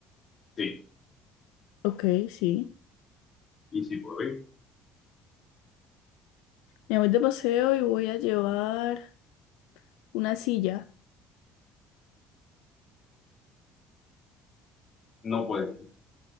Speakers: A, on the left; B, on the left.
A: Sí.
B: Ok, sí.
A: Y si puedo ir,
B: Me voy de paseo y voy a llevar una silla.
A: no puedes ir. no